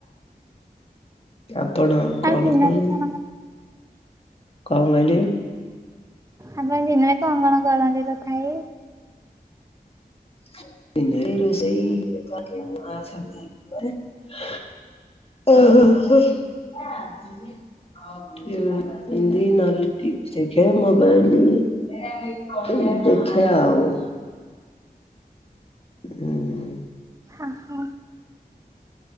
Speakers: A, on the left; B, on the right.
A: ଆପଣ
B: ଆଉ
A: କଣ
B: ଦିନରେ
A: କରୁଛନ୍ତି?
B: କଣ
A: କଣ କହିଲେ?
B: ଆପଣ ଦିନରେ କଣ କଣ କରନ୍ତି ତଥାବି?
A: ଦିନରେ ଏଇ ରୋଷେଇ ଓହୋ। ଏମିତି ନହେଲେ ଟିଭି ଦେଖେ ନହେଲେ ମୋବାଇଲ। ଏମି ଦେଖେ ଆଉ। ହୁଁ।
B: ଓ ହୋ।